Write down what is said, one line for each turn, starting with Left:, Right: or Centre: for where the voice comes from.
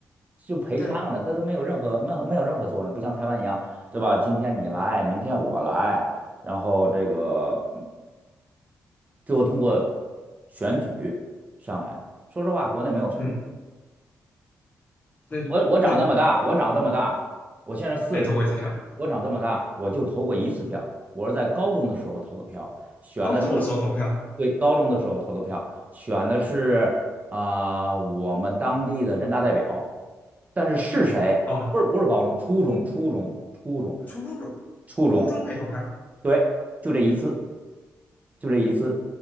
Right: 就陪唱了，
Left: 对啊，
Right: 他都没有任何没有没有任何作用，不像台湾一样，对吧？今天你来，明天我来，然后这个最后通过选举上来。说实话，国内没有选举。
Left: 嗯，那那
Right: 我我长那么大，我长这么大，我现在四十岁，
Left: 没投过一次票，
Right: 我长这么大，我就投过一次票，我是在高中的时候投的票，选的是，
Left: 高中的时候投票
Right: 对，高中的时候投的票，选的是啊、我们当地的人大代表，但是是谁？
Left: 哦，
Right: 不是不是高中，初中，初中，初中，
Left: 初中
Right: 初中，
Left: 初中可以投票
Right: 对，就这一次，就这一次。